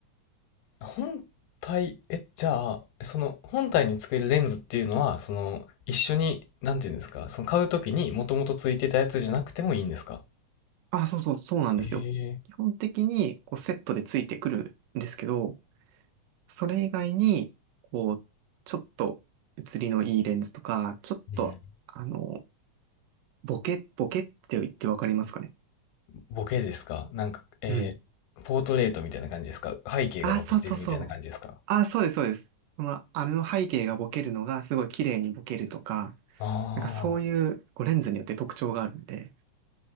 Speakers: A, on the left; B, on the right.
A: え。本体、え、じゃあ、その本体につけるレンズっていうのは、その一緒に、なんていうんですか、その買うときにもともとついてたやつじゃなくてもいいんですか
B: あ、そうそう、そうなんですよ。
A: ええ。
B: 基本的にこうセットでついてくるんですけど、それ以外に、こう、ちょっと写りのいいレンズとか、ちょっと、
A: うん。
B: あの、ボケ、ボケって言ってわかりますかね。
A: ボケですかなんか、えー、
B: うん。
A: ポートレートみたいな感じですか背景がボケてるみたいな感じですか
B: あ、そうそうそう。あ、そうです、そうです。その、あれの背景がボケるのがすごい綺麗にボケるとか、
A: あ
B: なんかそういうこうレンズによって特徴があるんで、